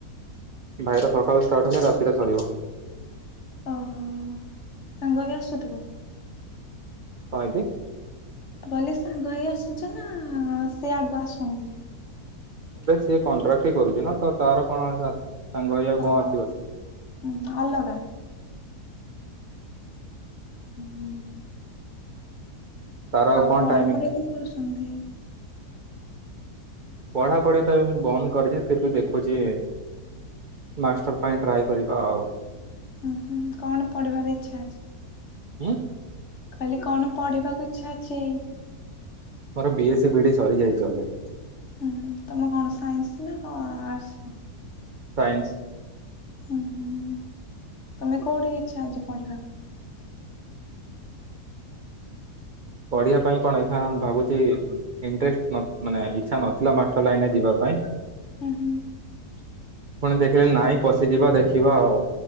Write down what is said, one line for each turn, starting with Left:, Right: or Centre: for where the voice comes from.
Right: ଭାଇ ର ସକାଳୁ ଷ୍ଟାର୍ଟ ହେଲେ ରାତିରେ ସରିବ।
Left: ଓହୋ। ସାଙ୍ଗ ବି ଆସୁଥୁବ।
Right: କଣ ହେଇଚି?
Left: ମୁଁ କହିଲି ସାଙ୍ଗ ହେଇ ଆସୁଛ ନା ସେ ଆଗ ଆସନ୍ତି।
Right: ଦେଖ ସିଏ କଣ୍ଟ୍ରାକ୍ଟ କରୁଛି ନା। ତ ତାର କଣ ସାଙ୍ଗ ହେଇ ଆଉ
Left: ହଁ
Right: କଣ ଆସିବ
Left: ଉଁ
Right: ସେ
Left: ହୁଁ ଅଲଗା। ହୁଁ।
Right: ତାର
Left: ଆଉ
Right: କଣ
Left: ପଢା
Right: ଟାଇମିଂ
Left: ପଢି କଣ କରୁଛ ଛନ୍ତି।
Right: ପଢାପଢି ତ ଏବେ ମୁଁ ବନ୍ଦ କରିଛି ଫେରେବି ଦେଖୁଛି ମାଷ୍ଟର ପାଇଁ ଟ୍ରାଏ କରିବା ଆଉ।
Left: ହୁଁ ହୁଁ କଣ ପଢିବାର ଇଛା ଅଛି।
Right: ଉଁ।
Left: କହିଲି କଣ ପଢିବାକୁ ଇଚ୍ଛା ଅଛି।
Right: ମୋର ବିଏସି ବିଡି ସରିଯାଇଛି ଅଲରେଡି।
Left: ହୁଁ ହୁ ତମେ କଣ ସାଇନ୍ସ ନା କଣ ଆର୍ଟସ।
Right: ସାଇନ୍ସ୍।
Left: ହୁଁ ହୁଁ ହୁଁ ତମେ କୋଉଠି ଇଚ୍ଛା ଅଛି ପଢିବାକୁ।
Right: ପଢିବା ପାଇଁ କଣ ଇଛା ଭାବୁଛି ଇନଟ୍ରେଷ୍ଟ ନ ମାନେ ଇଛା ନଥିଲା ମାଷ୍ଟର ଲାଇନରେ ଯିବା ପାଇଁ
Left: ହୁଁ ହୁଁ
Right: ପୁଣି ଦେଖିଲେ ନାଇଁ ପଶିଯିବା ଦେଖିବା ଆଉ